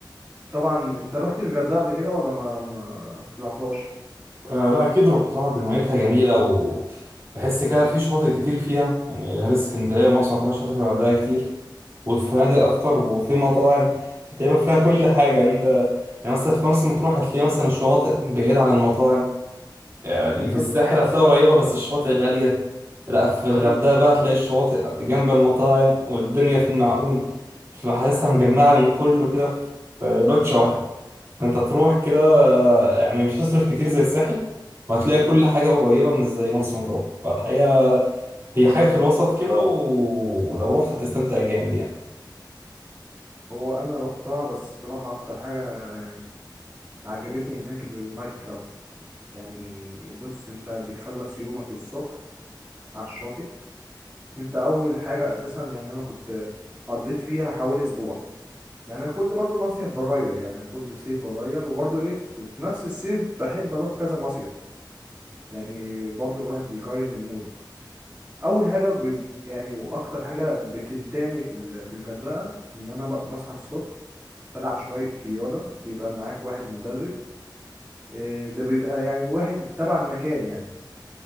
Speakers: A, on the right; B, on the right.
A: طبعا انت رحت الغردقه قبل كده ولا ما ما طلعتهاش
B: آه لا أكيد رحتها دي ميتها جميلة وبحس كده في شواطئ كتير فيها يعني غير اسكندرية ومرسى مطروح شاطئ في الغردقة كتير والفنادق اكتر
A: مم.
B: وفي مطاعم فتقريبا فيها كل حاجه يعني انت يعني مثلا في مرسى مطروح هتلاقي مثلا الشواطئ بعيده عن المطاعم يعني
A: بالظبط
B: في الساحل
A: اه
B: هتلاقي قريبه بس الشواطئ غاليه لا في الغردقه
A: مم.
B: بقى تلاقي الشواطئ في جنب المطاعم والدنيا في المعقول فحاسسها مجمعه من كله كده في لوتشه واحده فانت تروح كده يعني مش هتصرف كتير زي الساحل وهتلاقي كل حاجه قريبه مش زي مرسى مطروح فالحقيقه هي حاجه في الوسط كده ولو رحت هتستمتع جامد يعني
A: هو انا رحتها بس بصراحه اكتر حاجه يعني عجبتني هناك النايت كلاب يعني بص انت بتخلص يومك الصبح على الشاطئ انت اول حاجه اساسا يعني انا كنت قضيت فيها حوالي اسبوع يعني انا كل برضو مصيف بغير يعني كل صيف بغير وبرضو ايه في في نفس الصيف بحب اروح كذا مصيف يعني برضو الواحد بيغير من مود اول حاجه ب... يعني واكتر حاجه بتمتعني في ال... في الغردقه ان انا ب... بصحى الصبح بلعب شويه رياضه بيبقى معاك واحد مدرب آه، ده بيبقى يعني واحد تبع المكان يعني